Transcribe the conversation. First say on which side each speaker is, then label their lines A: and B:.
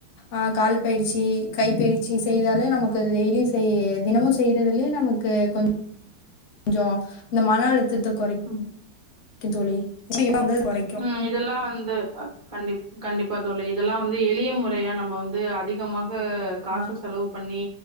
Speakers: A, on the left; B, on the right.
A: ஆ கால் பயிற்சி கைப்பயிற்சி செய்தாலே நமக்கு
B: ம்.
A: அது டெய்லி செய் தினமும் செய்யறதுலயே நமக்கு கொஞ் சோ அந்த மன அழுத்தத்த கொறைக்கு
B: ம்
A: க்கு தோழி <inaudible>
B: ம் இதெல்லா வந்து அ கண்டிப் கண்டிப்பா தோழி இதெல்லா வந்து எளிய முறையா நம்ம வந்து அதிகமாக காசு
A: ஆ
B: செலவு பண்ணி